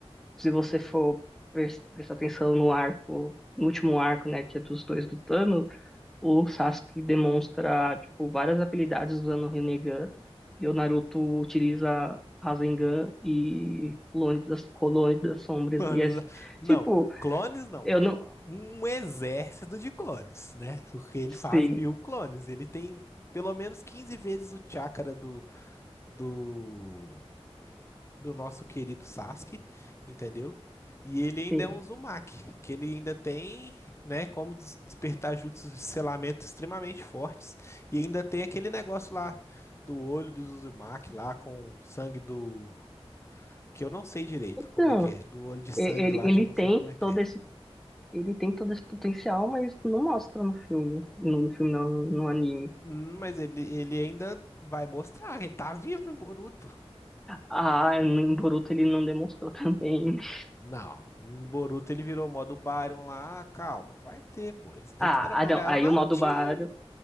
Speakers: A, in the centre; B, on the left (about 25°).
A: se você for pres- prestar atenção no arco, no último arco, né, que é dos dois lutando, o Sasuke demonstra tipo várias habilidades usando o Rinnegan e o Naruto utiliza Rasengan e Clone das, Clone das Sombras
B: <laughs>
A: e é
B: Não,
A: tipo,
B: clones não.
A: eu não
B: Um exército de clones, né? Porque ele faz
A: Sim.
B: mil clones. Ele tem pelo menos 15 vezes o chakra do, do, do nosso querido Sasuke, entendeu? E ele ainda
A: Sim.
B: é um Uzumaki, que ele ainda tem, né, como des- despertar jutsus de selamento extremamente fortes. E ainda tem aquele negócio lá do olho dos Uzumaki lá com o sangue do. Que eu não sei direito
A: Então,
B: como é que é. Do olho de sangue
A: e- ele,
B: lá
A: ele
B: que eu não
A: tem
B: sei como é que
A: todo
B: é.
A: esse, ele tem todo esse potencial, mas não mostra no filme, no, no filme não, no anime.
B: Hum, Mas ele, ele ainda vai mostrar, ele tá vivo no Boruto.
A: Ah, no- em Boruto ele não demonstrou também. <laughs>
B: Não, no Boruto ele virou o modo Baryon lá, calma, vai ter, pô, eles têm
A: Ah,
B: que trabalhar,
A: ah, não, aí
B: é o Narutinho,
A: o modo Baryon,